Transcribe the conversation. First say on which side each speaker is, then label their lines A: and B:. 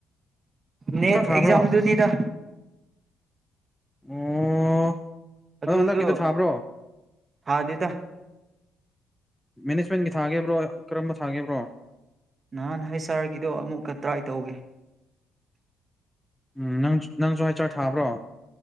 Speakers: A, on the right (about 35°); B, in the centre.
A: ꯅꯦꯠ
B: ꯊꯥꯕ꯭ꯔꯣ
A: ꯑꯦꯛꯖꯝ ꯇ ꯇꯗ
B: ꯎꯝ
A: ꯑꯗꯨꯗꯣ
B: ꯑꯗꯣ ꯍꯟꯗꯛꯀꯤꯗ ꯊꯥꯕ꯭ꯔꯣ
A: ꯊꯥꯗꯦꯗ
B: ꯃꯦꯅꯦꯖꯃꯦꯟꯒꯤ ꯊꯥꯒꯦꯕ꯭ꯔꯣ ꯀꯔꯝꯕ ꯊꯥꯒꯦꯕ꯭ꯔꯣ
A: ꯅꯍꯥꯟ ꯍꯥꯏ ꯁꯥꯔꯒꯤꯗꯣ ꯑꯃꯨꯛꯀ ꯇ꯭ꯔꯥꯏ ꯇꯧꯒꯦ
B: ꯎꯝ ꯅꯪ ꯅꯪꯁꯨ ꯍꯆꯔ ꯊꯥꯕ꯭ꯔꯣ